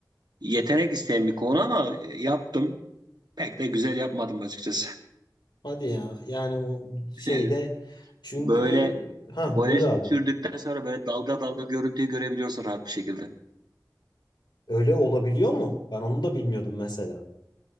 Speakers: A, on the right; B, on the left.
A: yetenek isteyen bir konu ama e, yaptım. Pek de güzel yapmadım açıkçası.
B: Hadi ya. Yani o şeyde
A: Evet.
B: çünkü
A: Böyle
B: ha
A: boya
B: buyur abi.
A: sürdükten sonra böyle dalga dalga görüntüyü görebiliyorsun rahat bir şekilde.
B: Öyle olabiliyor mu? Ben onu da bilmiyordum mesela.